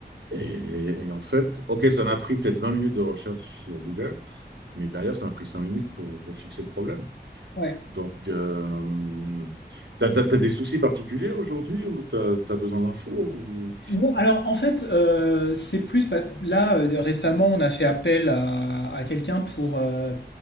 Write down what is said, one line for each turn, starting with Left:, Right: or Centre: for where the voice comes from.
Right: Et, et en fait, OK, ça m'a pris peut-être 20 minutes de recherche sur Google, mais derrière, ça m'a pris 5 minutes pour, pour fixer le problème.
Left: Ouais.
Right: Donc, euh, tu as, des soucis particuliers aujourd'hui ou tu as, besoin d'infos ou...
Left: Non, alors en fait, euh, c'est plus. pas- Là, euh, récemment, on a fait appel à, à quelqu'un pour, euh,